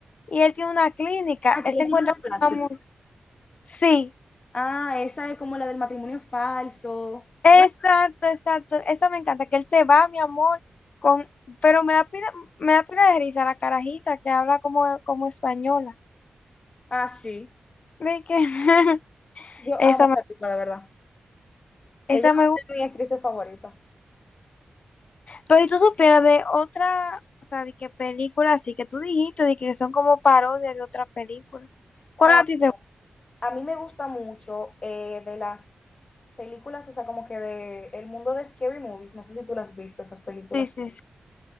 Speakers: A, on the left; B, on the left.
A: y él tiene una clínica.
B: Aquí
A: Él se
B: es
A: encuentra
B: plástico
A: con una mu- Sí,
B: Ah, esa es como la del matrimonio falso. Bueno,
A: Exacto, exacto. Esa me encanta, que él se va, mi amor, con, pero me da pila, me da pila de risa la carajita que habla como, como española.
B: ah, sí.
A: De que <laughs>
B: Yo
A: esa
B: amo
A: me,
B: esa película, de verdad.
A: esa
B: Ella
A: me gusta.
B: es una de mis actrices favoritas.
A: Pero si tú supieras de otra, o sea, de qué película así que tú dijiste, de que son como parodias de otras películas. ¿Cuál
B: Ah,
A: a ti
B: mira,
A: te gusta?
B: a mí me gusta mucho eh, de las películas, o sea, como que de el mundo de Scary Movies. No sé si tú las has visto, esas películas.
A: Sí, sí, sí.